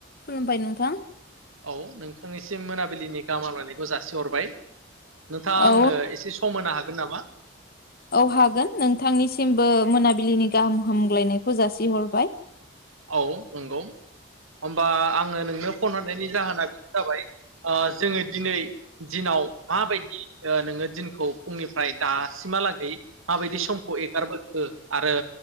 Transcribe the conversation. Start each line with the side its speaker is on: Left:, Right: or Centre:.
Left: खुलुमबाय नोंथां
Right: औ नोंथांनिसिम मोनाबिलिनि गाहामहामलायनायखौ जासिहरबाय। नोंथाङा
Left: औ
Right: आंनो एसे सम होनो हागोन होनाबा
Left: औ हागोन नोंथांनिसिमबो मोनाबिलिनि गाहाम हा हामग्लायनायखौ जासिहरबाय
Right: औ नंगौ होमबा आङो नोंनो फन हरनायनि जाहोना बेनो जाबाय ओ जोङो दिनै दिनाव माबायदि नोङो दिनखौ फुंनिफ्राय दासिमहालागै माबायदि समखौ एगारबोखो आरो